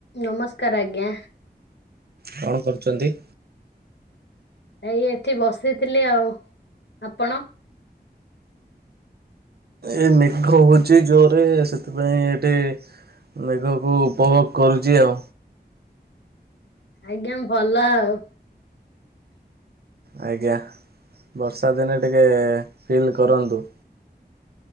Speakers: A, on the left; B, on the right.
A: ନମସ୍କାର ଆଜ୍ଞା?
B: କଣ କରୁଚନ୍ତି?
A: ଏଇ ଏଠି ବସିଥିଲି ଆଉ ଆପଣ?
B: ଏ ମେଘ ହଉଚି ଜୋରେ ସେଥିପାଇଁ ଏଠି ମେଘକୁ ଉପଭୋଗ କରୁଚି ଆଉ।
A: ଆଜ୍ଞା ଭଲ ଆଉ।
B: ଆଜ୍ଞା ବର୍ଷା ଦିନେ ଟିକେ ଫିଲ୍ କରନ୍ତୁ।